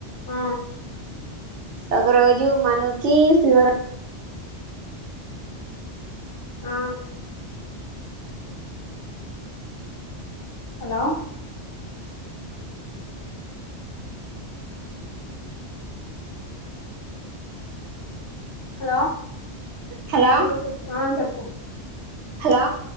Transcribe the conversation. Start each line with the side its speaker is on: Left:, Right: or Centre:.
Left: ఆ
Right: ఒక రోజు మను కి ఫీవర్
Left: ఆ హలో హలో
Right: హలో
Left: అ చెప్పు
Right: హలో